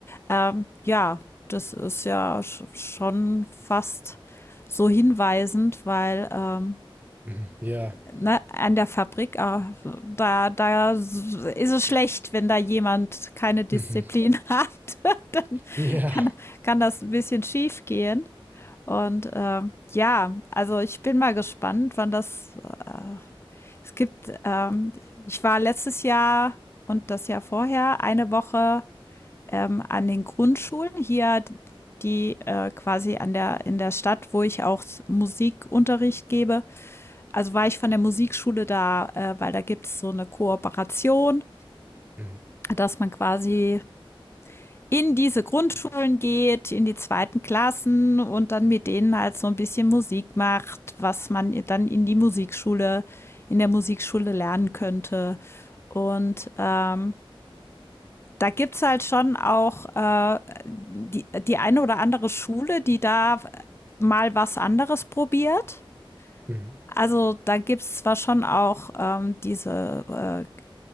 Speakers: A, on the left; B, on the right.
A: Ähm, ja, das ist ja sch schon fast so hinweisend, weil ähm,
B: Mhm. Ja.
A: ne, an der Fabrik, äh, da, da s- ist es schlecht, wenn da jemand keine Disziplin
B: Mhm.
A: <laughs> hat. Dann
B: Ja.
A: kann, kann das ein bisschen schief gehen. Und ähm, ja, also ich bin mal gespannt, wann das. Äh, es gibt, ähm, ich war letztes Jahr und das Jahr vorher eine Woche ähm, an den Grundschulen hier, die äh, quasi an der in der Stadt, wo ich auch Musikunterricht gebe. Also war ich von der Musikschule da, äh, weil da gibt es so eine Kooperation,
B: Mhm.
A: dass man quasi in diese Grundschulen geht, in die zweiten Klassen und dann mit denen halt so ein bisschen Musik macht, was man dann in die Musikschule, in der Musikschule lernen könnte. Und ähm, da gibt's halt schon auch äh, die, die eine oder andere Schule, die da mal was anderes probiert.
B: Mhm.
A: Also da gibt's zwar schon auch ähm, diese, äh,